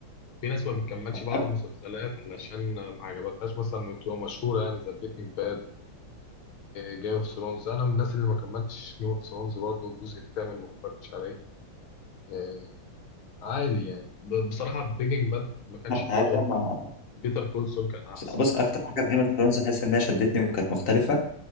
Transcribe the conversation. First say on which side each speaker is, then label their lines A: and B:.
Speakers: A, on the left; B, on the left.
A: في ناس ما بتكملش بعض
B: أكتر
A: المسلسلات علشان ما عجبتهاش مثلا وتبقى مشهوره يعني زي بريكنج باد جيم اوف ثرونز انا من الناس اللي ما كملتش جيم اوف ثرونز برضه الجزء الثامن ما اتفرجتش عليه آه، عادي يعني ب- بصراحه بريكنج باد ما كانش
B: حاجة
A: حلو قوي
B: ما
A: بيتر كول سول كان احسن
B: بص أكتر حاجة في جيم اوف ثرونز أحس إنها شدتني وكانت مختلفة